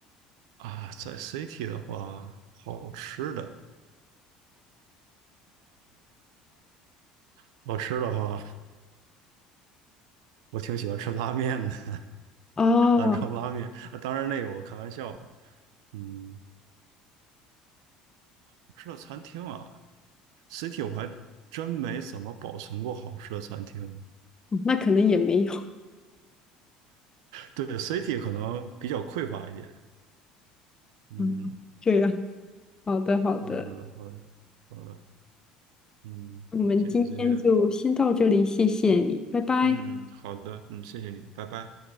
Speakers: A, on the right (about 80°); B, on the left (about 25°).
A: 啊，在 City 的话，好吃的，好吃的话，我挺喜欢吃拉面的，
B: 哦，
A: <laughs> 兰州拉面。啊当然，那个我开玩笑的。嗯，好吃的餐厅啊，City 我还真没怎么保存过好吃的餐厅。
B: 那可能也没有，<laughs>
A: 对，city 可能比较匮乏一点。嗯，
B: 嗯，这样，好的好的，
A: 好的，好的，好的，嗯，
B: 我们今天就先到这里，
A: 谢谢，谢谢，
B: 谢谢你，拜拜。
A: 嗯，好的，嗯，谢谢你，拜拜。